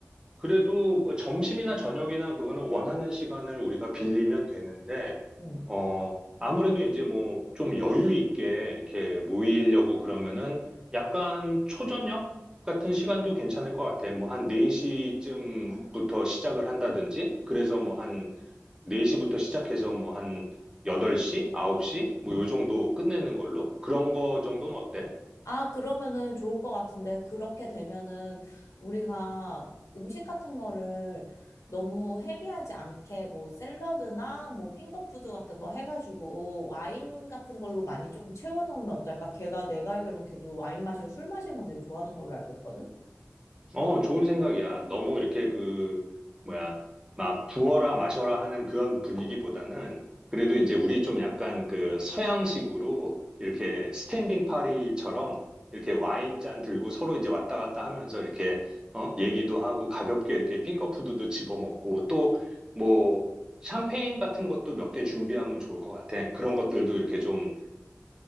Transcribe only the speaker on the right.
그래도 뭐 점심이나 저녁이나 그거는 원하는 시간을 우리가 빌리면 되는데,
어, 아무래도 이제 뭐 좀 여유 있게 이렇게 모이려고 그러면은 약간 초저녁 같은 시간도 괜찮을 것 같아. 뭐 한 4시쯤부터
시작을 한다든지, 그래서 뭐한 4시부터 시작해서 뭐 한 8시, 9시? 뭐
요 정도 끝내는 걸로? 그런 거 정도는 어때?
어, 좋은 생각이야. 너무 이렇게 그, 뭐야, 막 부어라 마셔라 하는 그런 분위기보다는 그래도 이제 우리 좀 약간 그 서양식으로 이렇게 스탠딩 파리처럼 이렇게 와인 잔 들고 서로 이제 왔다 갔다 하면서 이렇게 어, 얘기도 하고 가볍게 이렇게 핑거푸드도 집어먹고 또 뭐 샴페인 같은 것도 몇 개 준비하면 좋을 것 같아. 그런 것들도 이렇게 좀그